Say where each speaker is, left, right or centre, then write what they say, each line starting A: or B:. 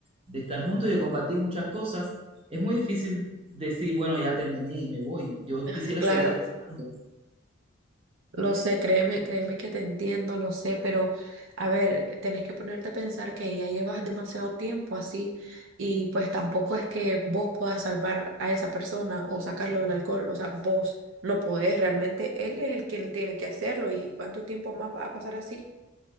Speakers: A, on the right (about 30°); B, on the right (about 80°).
A: de estar juntos y de compartir muchas cosas, es muy difícil decir, bueno, ya terminé y me voy. Yo quisiera
B: ah, claro,
A: seguir apoyando.
B: lo sé, créeme, créeme que te entiendo, lo sé, pero a ver, tenés que ponerte a pensar que ya llevas demasiado tiempo así y pues tampoco es que vos puedas salvar a esa persona o sacarlo del alcohol, o sea, vos no podés, realmente él es el quien tiene que hacerlo y cuánto tiempo más va a pasar así.